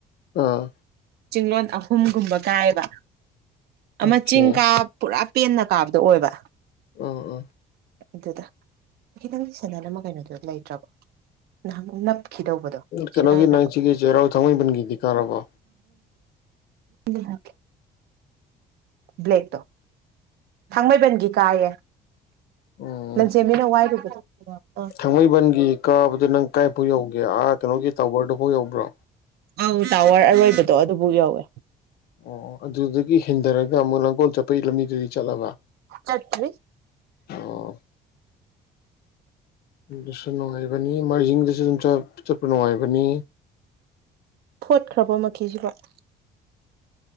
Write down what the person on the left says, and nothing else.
ꯑꯥ
ꯑꯣꯀꯦ
ꯑꯥ
ꯑ ꯑ
ꯀꯩꯅꯣꯒꯤ
ꯅꯪ ꯁꯤꯒꯤ ꯆꯦꯔꯥ ꯑꯣ ꯊꯉꯕꯟꯒ ꯊ ꯀꯥꯔꯕ
ꯎꯝ
ꯊꯥꯡꯃꯩꯕꯟꯒꯤ ꯀꯥꯕꯗ ꯅꯪ ꯀꯥꯏꯐꯥꯎ ꯌꯧꯒꯦ ꯑꯥ ꯀꯩꯅꯣꯒꯤ ꯇꯕꯔꯗꯨꯐꯥꯎ ꯌꯧꯕ꯭ꯔꯣ
ꯑꯣ ꯑꯗꯨꯗꯤ ꯒꯤ ꯍꯦꯟꯊꯔꯒ ꯑꯃꯨꯛ ꯂꯥꯡꯒꯣꯜ ꯆꯠꯄꯒꯤ ꯂꯝꯕꯤꯗꯨꯗꯤ ꯆꯠꯂꯕ
ꯑꯣ ꯑꯗꯨꯁꯨ ꯅꯨꯡꯉꯥꯏꯕꯅꯤ ꯃꯔꯖꯤꯡꯗꯁꯨ ꯑꯗꯨꯝ ꯆꯠꯄ ꯅꯨꯡꯉꯥꯏꯕꯅꯤ